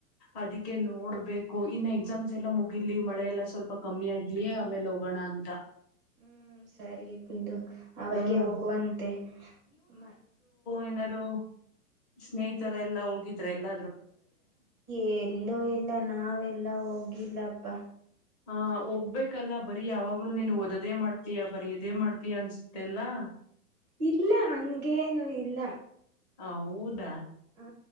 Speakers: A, on the left; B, on the right.
A: ಅದಕ್ಕೆ ನೋಡ್ಬೇಕು ಇನ್ನು ಎಕ್ಸಾಮ್ಸ್ ಎಲ್ಲ ಮುಗಿಲಿ ಮಳೆಲ್ಲ ಸ ಸ್ವಲ್ಪ ಕಮ್ಮಿ ಆಗ್ಲಿ ಆಮೇಲೆ ಹೋಗೋಣ ಅಂತ.
B: ಹ್ಮ್ ಸರಿ ಬಿಡು ಅವಾಗೆ
A: ಹ್ಮ್
B: ಹೋಗುವಂತೆ. ಮ
A: ಏನರು ಸ್ನೇಹಿತರೆ ಎಲ್ಲ ಹೋಗಿದ್ರ. ಎಲ್ಲ
B: ಎಲ್ಲೂ ಇಲ್ಲ ನಾವೆಲ್ಲಾ ಹೋಗಿಲ್ಲಪ್ಪ.
A: ಹ ಹೋಗ್ಬೇಕಲ್ಲ ಬರೀ ಯಾವಾಗ್ಲೂ ನೀನ್ನು ಓದದೇ ಮಾಡ್ ತಿಯಾ ಬರೀ ಇದೇ ಮಾಡ್ತೀಯಾ ಅನ್ಸುತ್ತೆ ಅಲ್ಲಾ.
B: ಇಲ್ಲ ಹಂಗೇನು ಇಲ್ಲ.
A: ಹೌದ,
B: ಹಾ